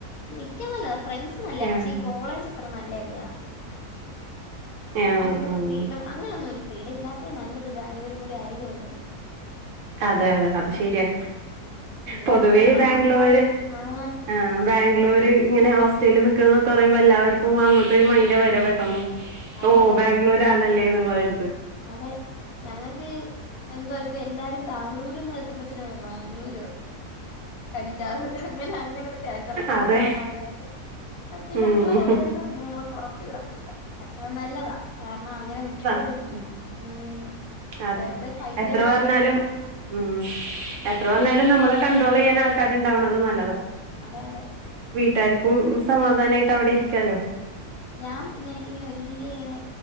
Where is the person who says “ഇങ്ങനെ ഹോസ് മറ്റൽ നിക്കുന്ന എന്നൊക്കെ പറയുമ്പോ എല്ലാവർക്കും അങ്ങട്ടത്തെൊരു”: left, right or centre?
Right